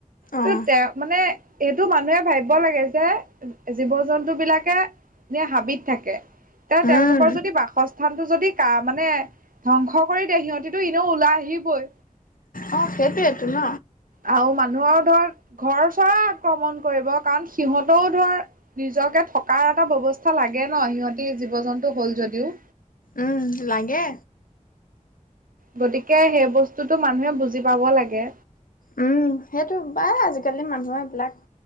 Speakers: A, on the left (about 80°); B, on the right (about 80°).
A: অ',
B: ত' তেওঁ মানে সেইটো মানুহে ভাবিব লাগে যে জীৱ জন্তু বিলাকে যে হাবিত থাকে তে
A: উম,
B: তেওঁলোকৰ যদি বাসস্থ স্থানটো যদি কা মানে ধ্বংস কৰি দিয়ে সিহঁতিটো এনেও ওলাই আহিবই।
A: অ সেইটোয়েইটো ন?
B: আৰু মানুহৰ ধৰ ঘৰ চৰে আক্ৰমণ কৰিব কাৰণ সিহঁতও ধৰ নিজকে থকাৰ এটা ব্যৱস্থা লাগে ন সিহঁতি জীৱ জন্তু হল যদিও।
A: উম লাগে।
B: গতিকে সেই বস্তুটো মানুহে বুজি পাব লাগে।
A: উম সেইটো প্ৰায় আজিকালি মানুহ এইবিলাক